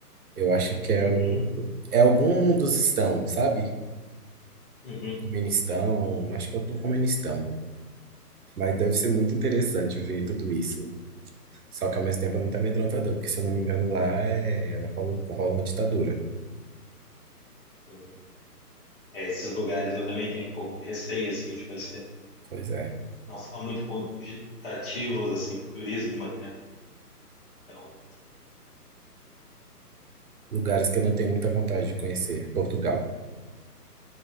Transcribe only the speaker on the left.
Uhum,
uhum,
uhum. É, esses lugares eu também tenho um pouco de receio, assim, de conhecer.
Não são muito convidativos, assim, para o turismo até. Então,